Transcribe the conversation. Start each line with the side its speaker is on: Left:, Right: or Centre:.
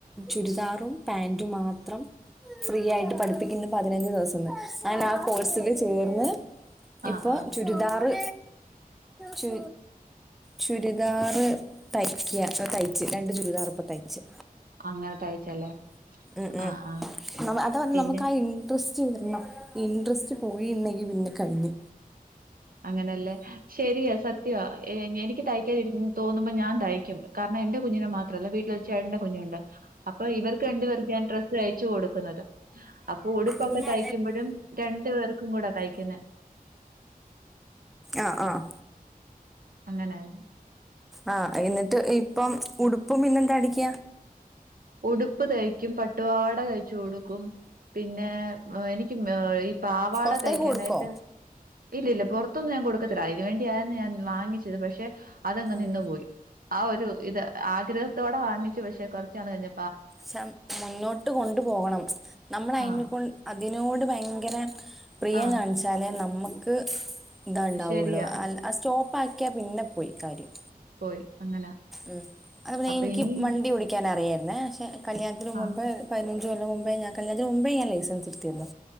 Centre: ചുരിദാറും പാന്റും മാത്രം ഫ്രീ ആയിട്ട് പഠിപ്പിക്കുന്നു പതിനഞ്ച് ദിവസംന്ന് അങ്ങനെ ആഹ് കോഴ്സില് ചേർന്ന്
Right: ആഹ്
Centre: ഇപ്പൊ
Right: ആഹ്
Centre: ചുരിദാറ് ചു ചുരിദാർ തയ്ക്കിയ തയ്ച്ച് രണ്ട് ചുരിദാർ ഇപ്പ തയ്ച്ച്
Right: അങ്ങനെ തയ്ച്ചല്ലേ
Centre: ഉം
Right: ആഹ് ആഹ്
Centre: ഉം അതാ പറഞ്ഞ്
Right: പിന്നെ
Centre: നമുക്കാ ഇൻ ഇൻട്രസ്റ്റ് വരണം ഇൻട്രസ്റ്റ് പോയിന്നെങ്കിൽ പിന്നെ കഴിഞ്ഞ്
Right: അങ്ങനെയല്ലേ ശരിയാ സത്യവാ എനിക്ക് തയ്ക്കാതിരിക്കന്ന് തോന്നുമ്പോ ഞാൻ തയ്ക്കും കാരണം എന്റെ കുഞ്ഞിനെ മാത്രല്ല വീട്ടിൽ ഒരു ചേട്ടന്റെ കുഞ്ഞുണ്ട് അപ്പൊ ഇവർക്ക് രണ്ട് പേർക്കുഞ്ഞാൻ ഡ്രസ്സ് തയ്ച്ചു കൊടുക്കുന്നത് അപ്പൊ ഉടുപ്പൊക്കെ
Centre: പിന്നെ
Right: തയ്ക്കുമ്പഴും രണ്ടു പേർക്കും കൂടാ തയ്ക്കുന്നെ
Centre: ആഹ് ആഹ്
Right: അങ്ങനായി
Centre: ആഹ് എന്നിട്ട് ഇപ്പം ഉടുപ്പും പിന്നെന്ത അടിക്ക
Right: ഉടുപ്പ് തയ്ക്കും പട്ടുപാവാട തയ്ച്ചു കൊടുക്കും പിന്നെ എനിക്ക് ഏഹ് പാവാട
Centre: പുറത്തേക്ക്
Right: തയ്ക്കാനായിട്ട്
Centre: കൊടുക്കോ
Right: ഇല്ല ഇല്ല പൊറത്തൊന്നും ഞാൻ കൊടുക്കത്തില്ല അയിന് വേണ്ടി ഞാൻ ഞാൻ വാങ്ങിച്ചത് പക്ഷെ അതങ്ങ്
Centre: ആഹ്
Right: നിന്നു പോയി. ആഹ് ഒരു ഇത് ആഗ്രഹത്തോടെ വാങ്ങിച്ചു പക്ഷെ കൊറച്ചാള് കഴിഞ്ഞ
Centre: സം മുന്നോട്ട് കൊണ്ടു പോകണം നമ്മൾ അയ്നിപ്പോ
Right: ആ
Centre: അതിനോട് ഭയങ്കര പ്രിയം
Right: ആ
Centre: കാണിച്ചാലേ നമ്മക്ക് ഇതാണ്ടാവുള്ളൂ
Right: ശരിയാ
Centre: അൽ ആ സ്റ്റോപ്പാക്കിയാൽ പിന്നെ പോയി കാര്യം
Right: പോയി അങ്ങനെ
Centre: ഉം അതുപോലെ
Right: അപ്പൊ
Centre: എനിക്ക്
Right: ഇനിയും
Centre: വണ്ടി ഓടി ക്കാനറിയാര്ന്നേ പക്ഷെ കല്യാണത്തിന്
Right: ആ
Centre: മുമ്പ് പയിനഞ്ച് കൊല്ലം മുമ്പേ ഞാൻ കല്ല്യണത്തിന് മുമ്പേ ഞാൻ ലൈസൻസ് എടുത്തിരുന്നു